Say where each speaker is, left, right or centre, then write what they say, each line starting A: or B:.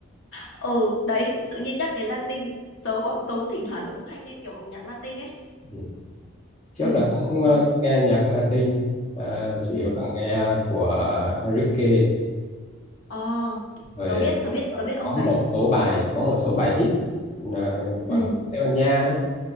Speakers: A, on the left; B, on the left.
A: ừ đấy tự nhiên nhắc đến Latin tớ bọn tớ thỉnh thoảng tớ cũng hay nghe kiểu nhạc Latin ấy
B: ừ. trước
A: ừ
B: là cũng ờ,
A: tớ
B: nghe nhạc Latin ờ, chủ
A: ừ
B: yếu là nghe của Enrique
A: ờ
B: rồi
A: tớ biết
B: ờ,
A: tớ biết tớ biết ông
B: có
A: đấy
B: một số bài có một số bài hit ờ, bằng
A: ừ
B: Tây Ban Nha đấy